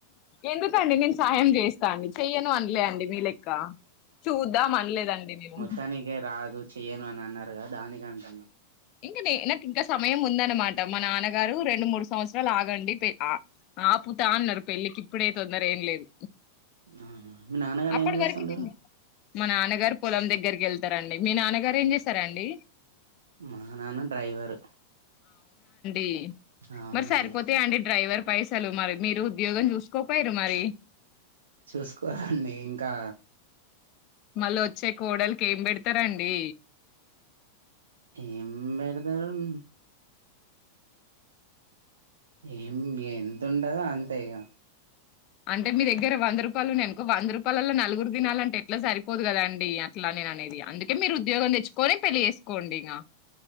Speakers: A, on the left; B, on the right.
A: ఎందుకండి నేను సహాయం చేస్తా అండి చేయను అన్ ఇలే అండి మీ లెక్క చూద్దాం అనలేదండి మేము
B: పనికే రాదు చెయ్యను అని అన్నారు కదా దానికి అంటున్నా
A: ఇంక న నాకు ఇంకా సమయం ఉందనమాట మా నాన్నగారు రెండు మూడు సంవత్సరాలు ఆగండి ఆ ఆపుతా అన్నారు పెళ్ళికి ఇప్పుడే తొందర ఏం లేదు
B: అవునా మీ నాన్నగారు
A: అప్పటి
B: ఏం చేస్తుంటారు
A: వరకు నేను మా నాన్నగారు పొలం దగ్గరికి వెళ్తారండి మీ నాన్నగారు ఏం చేశారండి
B: మా నాన్న డ్రైవరు
A: ఈ
B: అవునవును
A: మరి సరిపోతాయా అండి డ్రైవర్ పైసలు మరి మీరు యోగం చూసుకోపోయిరి మరి
B: చూసుకోవాలండి ఇంకా
A: మళ్ళ ఒచ్చే కోడల్ ఏం పెడతారండి
B: ఏం బెరతరం ఏం ఎంత ఉంటదో అంతే ఇగా
A: అంటే మీ దగ్గర వంద రూపాయలు ఉన్నాయి అనుకో వంద రూపాయలలో నలుగురు తినాలంటే ఎట్లా సరిపోదు కదా అండి అట్లా నేను అనేది అందుకే మీరు ఉద్యోగం తెచ్చుకొని పెళ్లి చేసుకోండి ఇగా